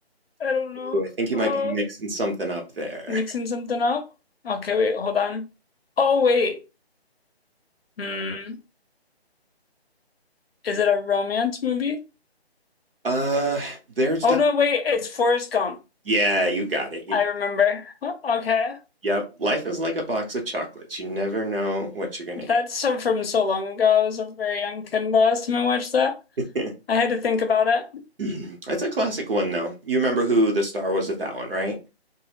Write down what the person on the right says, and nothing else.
Ooh, I think you
might be mixing something up there.
Uh, there's
du-
yeah, you got it. You
yep. Life is like a box of chocolates. You never know what you're gonna
get.
<clears throat> That's a classic one though. You remember who the star was of that one, right?